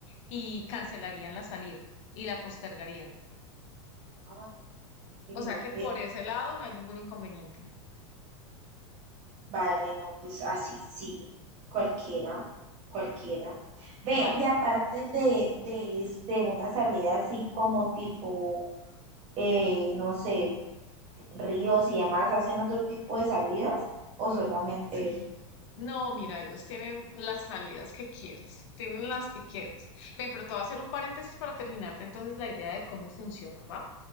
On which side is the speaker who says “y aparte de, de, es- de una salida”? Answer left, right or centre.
Right